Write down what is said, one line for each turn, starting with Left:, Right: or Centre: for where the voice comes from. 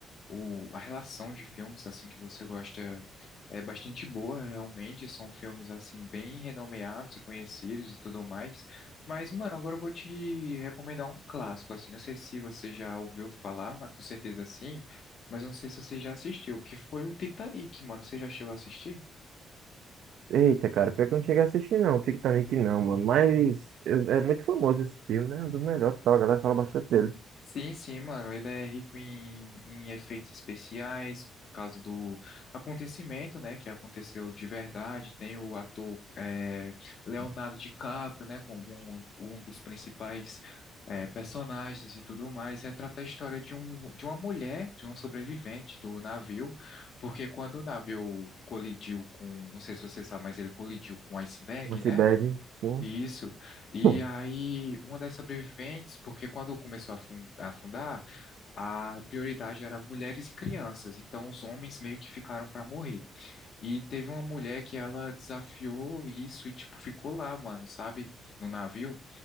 Left: O, a relação de filmes, assim, que você gosta é bastante boa, realmente. São filmes, assim, bem renomeados e conhecidos e tudo mais. Mas, mano, agora eu vou te recomendar um clássico, assim. Não sei se você já ouviu falar, mas com certeza sim. Mas eu não sei se você já assistiu, que foi o Titanic, mano. Você já chegou a assistir?
Right: Eita, cara, pior que eu não cheguei a assistir, não. o Titanic não, mano. Mas eu- é muito famoso esse filme, né? É Um dos melhores, e tal. A galera fala bastante dele.
Left: Sim, sim, mano. Ele é rico em, em efeitos especiais, por causa do acontecimento, né? Que aconteceu de verdade. Tem o ator eh, Leonardo DiCaprio, né? Como um, um dos principais eh, personagens e tudo mais. Retrata a história de, um, de uma mulher, de uma sobrevivente do navio. Porque quando o navio colidiu com... Não sei se você sabe, mas ele colidiu com um iceberg,
Right: Um iceberg,
Left: né?
Right: sim.
Left: Isso. E
Right: Hum.
Left: aí, uma das sobreviventes, porque quando começou a afun- a afundar, a prioridade era mulheres e crianças, então os homens meio que ficaram para morrer. E teve uma mulher que ela desafiou isso e, tipo, ficou lá, mano, sabe, no navio.